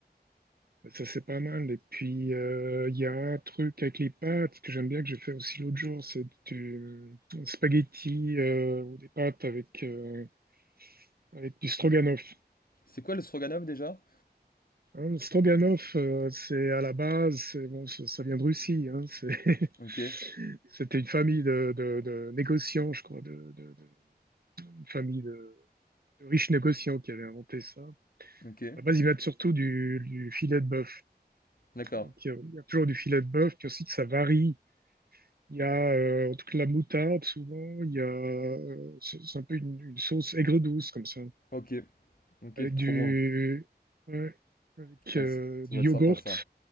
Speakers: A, on the right; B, on the left.
A: Ça, c'est pas mal. Et puis, euh, il y a un truc avec les pâtes que j'aime bien, que j'ai fait aussi l'autre jour. C'est du euh, spaghetti euh, ou des pâtes avec, euh, avec du stroganoff.
B: C'est quoi le stroganov déjà?
A: Hein, le stroganoff, euh, c'est à la base, c'est, bon, ça, ça vient de Russie. hein, c'est- <laughs>
B: Ok.
A: c'était une famille de, de- de négociants, je crois, de, de- de- une famille de, de riches négociants qui avait inventé ça. À
B: Ok.
A: la base, ils mettent surtout du, du filet de bœuf.
B: D'accord.
A: Donc, il y a, il y a toujours du filet de bœuf, puis aussi que ça varie. Il y a euh, en tout cas la moutarde souvent, il y a euh, c'est c'est un peu une, une sauce aigre-douce comme ça,
B: Ok. Ok,
A: avec
B: trop
A: du
B: bon.
A: ouais, avec
B: Ouais,
A: euh,
B: ça ça
A: du
B: va
A: yogourt,
B: être sympa ça.